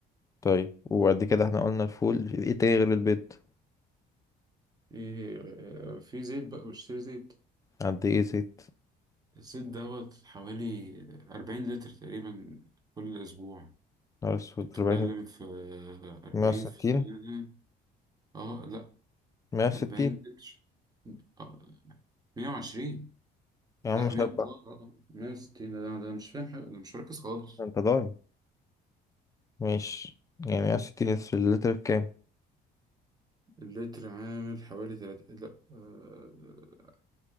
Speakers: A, on the left; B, on the right.
A: طيب وقد كده احنا قلنا الفول ايه تاني غير البيت
B: ايه آه، في زيت بقى بشتري زيت
A: قد ايه زيت
B: الزيت دوت حوالي 40 لتر تقريبا كل اسبوع
A: نهار أسود
B: بتتكلم
A: أربعين
B: في آه، 40
A: مية وستين
B: في تقريبا، اه لا
A: مية وستين
B: 40 لتر آه، 120
A: يا عم
B: لا
A: مش
B: مية
A: أربعة
B: اه اه 160 ده ده مش فاهم حاجة، ده مش مركز خالص
A: أنت ضايع ماشي يعني مية وستين لتر اللتر بكام
B: اللتر عامل حوالي تلات لا آه...